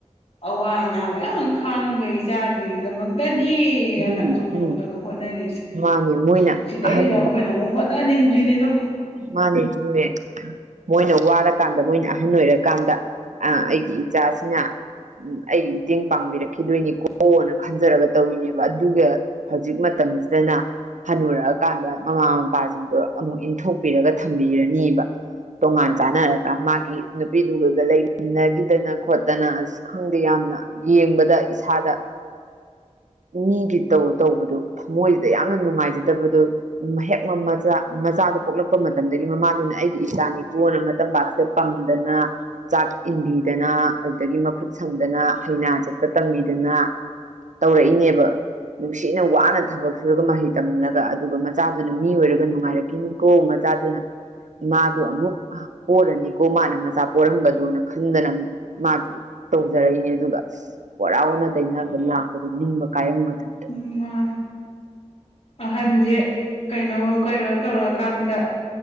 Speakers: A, on the left; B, on the right.
A: ꯑꯋꯥ ꯑꯅꯥ ꯃꯌꯥꯝ ꯈꯪꯕꯦ ꯏꯆꯥꯁꯤꯡꯒꯤꯗꯃꯛꯇꯗꯤ ꯁꯤꯑꯥꯅ
B: ꯎꯝ
A: ꯆꯣꯡꯊꯣꯛꯇꯅ
B: ꯎꯝ
A: ꯍꯣꯠꯅꯔꯤꯁꯦ
B: ꯃꯥꯅꯦ ꯃꯣꯏꯅ
A: ꯁꯤꯗꯩꯁꯤꯗ
B: ꯑꯍꯟ
A: ꯑꯩꯈꯣꯏꯅ ꯑꯃꯨꯛ ꯍꯣꯠꯅꯅꯤꯡꯗ꯭ꯔꯤꯅꯦꯗꯣ
B: ꯃꯥꯅꯤꯇꯃꯦ ꯃꯣꯏꯅ ꯋꯥꯔꯀꯥꯟꯗ ꯃꯣꯏꯅ ꯑꯍꯟ ꯑꯣꯏꯔꯀꯥꯟꯗ ꯑ ꯑꯩꯒꯤ ꯏꯆꯥꯁꯤꯅ ꯎꯝ ꯑꯩ ꯃꯇꯦꯡ ꯄꯥꯡꯕꯤꯔꯛꯈꯤꯗꯣꯏꯅꯤꯀꯣꯅ ꯈꯟꯖꯔꯒ ꯇꯧꯔꯤꯅꯦꯕ ꯑꯗꯨꯒ ꯍꯧꯖꯤꯛ ꯃꯇꯝꯁꯤꯗꯅ ꯍꯟꯟꯅꯨꯔꯛꯑꯀꯥꯟꯗ ꯃꯃꯥ ꯃꯄꯥꯁꯤꯡꯗꯣ ꯑꯃꯨꯛ ꯏꯟꯊꯣꯛ ꯥꯛꯄꯤꯔꯒ ꯊꯝꯕꯤꯔꯅꯦꯕ ꯇꯣꯉꯥꯟ ꯆꯥꯟꯅꯔꯒ ꯃꯥꯒꯤ ꯅꯨꯄꯤꯗꯨꯒꯗ ꯂꯩꯃꯤꯟꯅꯒꯤꯗꯅ ꯈꯣꯠꯇꯅ ꯑꯁ ꯈꯪꯗꯦ ꯌꯥꯝꯅ ꯌꯦꯡꯕꯗ ꯏꯁꯥꯗ ꯃꯤꯒꯤ ꯇꯧ ꯇꯧꯕꯗꯨꯣ ꯊꯃꯣꯏꯁꯤꯗ ꯌꯥꯝꯅ ꯅꯨꯡꯉꯥꯏꯖꯗꯕꯗꯨꯣ ꯍꯦꯛ ꯃꯆꯥ ꯃꯆꯥꯗꯨꯣ ꯄꯣꯛꯂꯛ ꯊꯣꯛꯛꯄ ꯃꯇꯝꯗꯒꯤ ꯃꯃꯥꯗꯨꯅ ꯑꯩꯒꯤ ꯏꯆꯥꯅꯤꯀꯣꯟꯅ ꯃꯇꯝ ꯄꯥꯛꯁꯤꯗ ꯄꯝꯗꯅ ꯆꯥꯛ ꯏꯟꯕꯤꯗꯅ ꯑꯗꯨꯗꯒꯤ ꯃꯈꯨꯠ ꯁꯝꯗꯅ ꯍꯩꯅꯥ ꯆꯠꯄ ꯇꯝꯕꯤꯗꯅ ꯇꯧꯔꯛꯏꯅꯦꯕ ꯅꯨꯡꯁꯤꯅ ꯋꯥꯅ ꯊꯕꯛ ꯁꯨꯔꯒ ꯃꯍꯩ ꯇꯝꯜꯂꯒ ꯑꯗꯨꯒ ꯃꯆꯥꯗꯨꯅ ꯃꯤ ꯑꯣꯏꯔꯒ ꯅꯨꯡꯉꯥꯏꯔꯛꯈꯤꯅꯤꯀꯣ ꯆꯥꯗꯨꯅ ꯃꯥꯥꯗꯣ ꯑꯃꯨꯛ ꯄꯔꯅꯤꯀꯣ ꯃꯥꯅ ꯃꯆꯥ ꯄꯔꯝꯕꯗꯨꯣꯅ ꯈꯟꯗꯅ ꯃꯥꯒꯤ ꯇꯧꯖꯔꯛꯏꯅꯦ ꯑꯗꯨꯒ ꯋꯥꯔꯥꯎꯅ ꯇꯩꯅꯕ ꯂꯥꯛꯄꯗ ꯅꯤꯡꯕ ꯀꯥꯏꯔꯝꯒꯗꯕ
A: ꯎ ꯃꯥ ꯑꯍꯟꯁꯦ ꯀꯩꯅꯣ ꯀꯔꯣ ꯇꯧꯔꯀꯥꯟꯗ